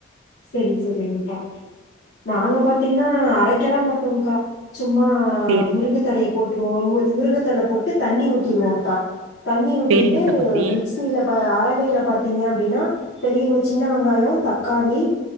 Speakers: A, on the left (about 55°); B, on the right (about 85°).
A: சரி சரிங்கா நாங்க பாத்தீங்னா அரக்கெல்லா மட்டோங்க்கா சும்மா ஆ
B: சேரிங்க
A: முருங்க தலய போட்ருவோ மு முருங்கத்தழ போட்டு தண்ணி ஊத்திருவோங்க்கா தண்ணி ஊத்திட்டு
B: சேரிங்க சகோதரி
A: மிக்ஸ் அறவேல பாத்தீங்க அப்டின்னா பெரிய சின்ன வெங்காய தக்காளி